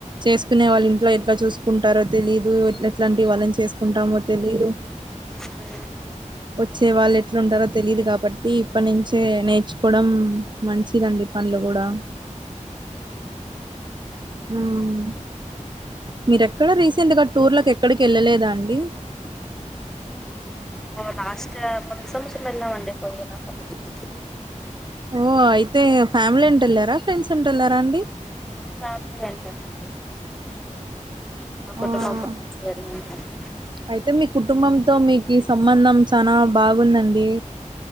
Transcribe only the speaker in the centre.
<inaudible>
లాస్ట్ ము పోయిన సమాచారం వెళ్ళాం అండి పోయిన సమాచారం
సాపు వెంటాడాండి <inaudible> మా కుటుంబంప్పు
స <inaudible>